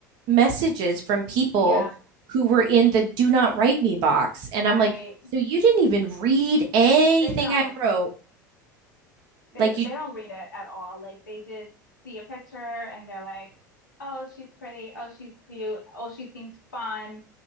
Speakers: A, on the right; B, on the left.
A: messages from people
B: Yeah,
A: who were in the do not write me box. And
B: right.
A: I'm like, so you didn't even read anything
B: They don't.
A: I wrote.
B: They
A: Like
B: d-
A: you
B: they don't read it at all. Like they just see a picture and they're like, "Oh, she's pretty. Oh, she's cute. Oh, she seems fun."